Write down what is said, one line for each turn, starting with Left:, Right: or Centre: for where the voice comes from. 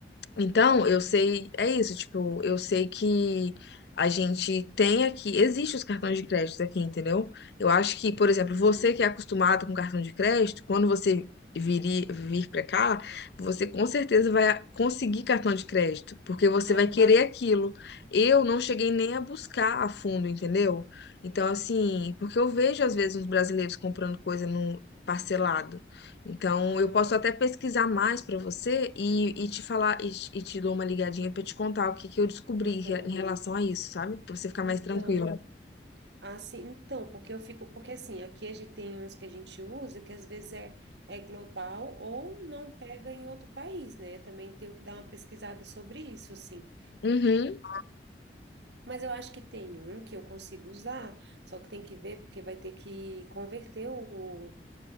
Left: Então, eu sei, é isso, tipo, eu sei que a gente tem aqui, existem os cartões de crédito aqui, entendeu? Eu acho que, por exemplo,
Right: Uhum.
Left: você que é acostumado com cartão de crédito, quando você vir, vir para cá, você com certeza vai conseguir cartão de crédito, porque você
Right: Ah,
Left: vai
Right: não.
Left: querer aquilo. Eu não cheguei nem a buscar a fundo, entendeu? Então, assim, porque eu vejo às vezes uns brasileiros comprando coisa no parcelado. Então,
Right: Ah,
Left: eu posso até pesquisar mais para você e, e te falar, e, te e te dou uma ligadinha para te contar o que que eu descobri
Right: Uhum.
Left: re- em relação a isso, sabe? Para você ficar mais
Right: Então,
Left: tranquila.
Right: assim, então, porque eu fico, porque assim, aqui a gente tem uns que a gente usa que às vezes é, é global ou não pega em outro país, né? Também tenho que dar uma pesquisada sobre isso, assim.
Left: Uhum.
Right: Mas eu acho que tem um que eu consigo usar, só que tem que ver porque vai ter que converter o